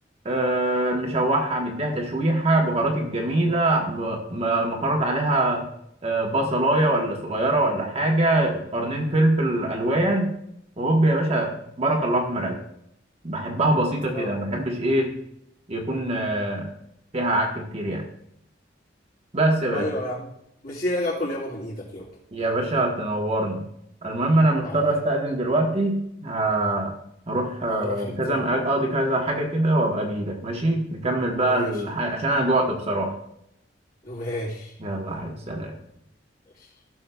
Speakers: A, on the right (about 35°); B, on the left (about 50°).
A: آه، مشوحها مديها تشويحة بهارات الجميلة م- م- مخرط عليها آه، بصلاية ولا صغيرة ولا حاجة قرنين فلفل ألوان وهوب يا باشا بارك الله في المرقة بحبها بسيطة
B: آه.
A: كده ما بحبش إيه يكون آه، فيها عك كتير يعني بس يا باشا
B: ايوه يا عم مش راجع اكل يابا من ايدك يابا
A: يا باشا تنورنا المهم انا مضطر
B: على خير
A: استأذن دلوقتي ه- هروح آه،
B: على خير
A: كذا
B: ال-
A: اقضي كذا حاجة كده وابقى اجيلك ماشي نكمل بقى
B: ماشي
A: الح... عشان انا جوعت بصراحة
B: ماشي
A: يلا يا حبيبي سلام
B: ماشي